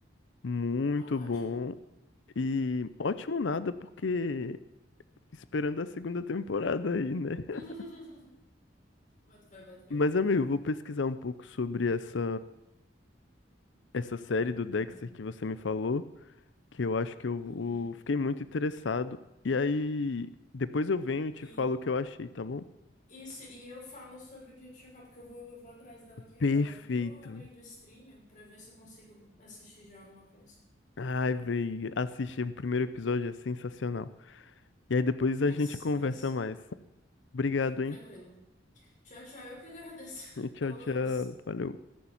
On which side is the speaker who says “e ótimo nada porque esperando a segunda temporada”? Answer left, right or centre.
Left